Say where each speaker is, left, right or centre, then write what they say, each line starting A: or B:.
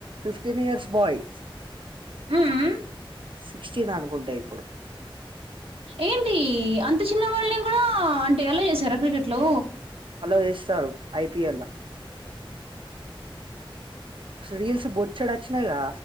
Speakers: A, on the right; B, on the right.
A: ఫిఫ్టీన్ ఇయర్స్ బాయ్
B: ఉ ఊ
A: సిక్స్టీన్ అనుకుంట ఇప్పుడు
B: ఏంటి అంత చిన్న వాళ్ళని కూడా అంటే ఎలా చేసారా క్రికెట్ లో
A: ఎలో వేస్తారు ఐపిఎల్ ల రీల్స్ బొచ్చాడు వచ్చినాయి కదా